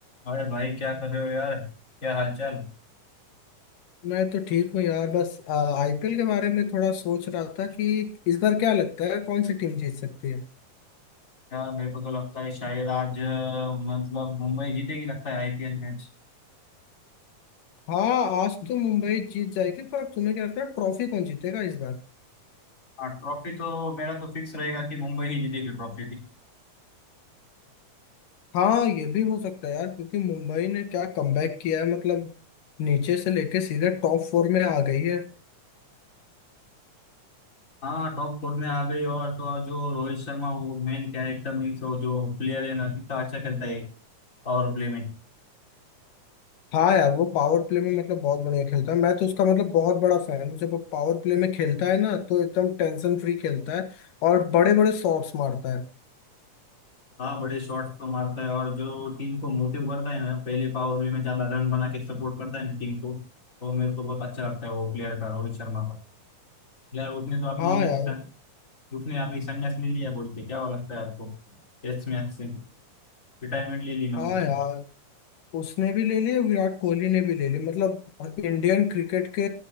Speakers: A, on the left; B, on the left.
A: अरे भाई क्या कर रहे हो यार क्या हालचाल
B: मैं तो ठीक हूँ यार बस आईपीएल के बारे में थोड़ा सोच रहा था कि इस बार क्या लगता है कौन सी टीम जीत सकती है
A: यार मेरे को तो लगता है शायद आज अ, मतलब मुंबई जीतेगी लगता है आईपीएल मैच
B: हाँ आज तो मुंबई जीत जाएगी पर तुम्हें क्या लगता है ट्रॉफी कौन जीतेगा इस बार
A: हाँ ट्रॉफी तो मेरा तो फिक्स रहेगा कि मुंबई ही जीतेगी ट्रॉफी भी
B: हाँ ये भी हो सकता है यार क्योंकि मुंबई ने क्या कमबैक किया है मतलब नीचे से लेके सीधे टॉप फोर में आ गई है
A: हाँ टॉप फोर में आ गई और तो और जो रोहित शर्मा वो मेन कैरेक्टर मीन्स वो जो प्लेयर है ना कितना अच्छा खेलता है पावर प्ले में
B: हाँ यार वो पावर प्ले में मतलब बहुत बढ़िया खेलता है मैं तो उसका मतलब बहुत बड़ा फैन हूँ जब वो पावर प्ले में खेलता है ना तो एकदम टेंशन फ्री खेलता है और बड़े बड़े शॉट्स मारता है
A: हाँ बड़े शॉट्स तो मारता है और जो टीम को मोटिव करता है ना पहले पावर प्ले में ज्यादा रन बना के सपोर्ट करता है ना टीम को वो मेरे को बहुत अच्छा लगता है वो प्लेयर का रोहित शर्मा का यार उसने तो अभी
B: हाँ यार
A: स- उसने अभी संन्यास ले लिया बोल के क्या हुआ लगता है आपको टेस्ट मैच से रिटायरमेंट ले ली ना
B: हाँ
A: उसने
B: यार उसने भी ले लिए विराट कोहली ने भी ले लिए मतलब इंडियन क्रिकेट के